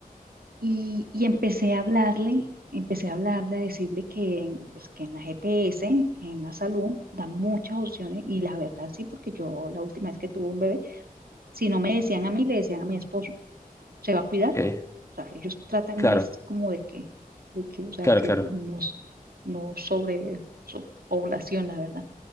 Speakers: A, on the right; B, on the left.
A: Y, y empecé a hablarle, empecé a hablarle, a decirle que, pues, que en la GPS, que en la salud, dan muchas opciones y la verdad sí, porque yo la última vez que tuve un bebé, si no me decían a mí, le decían a mi esposo se va a cuidar.
B: Ok,
A: O sea, ellos tratan
B: claro,
A: es como de que, de que, o sea,
B: claro,
A: que
B: claro.
A: no, s- no sobre so- población, la verdad.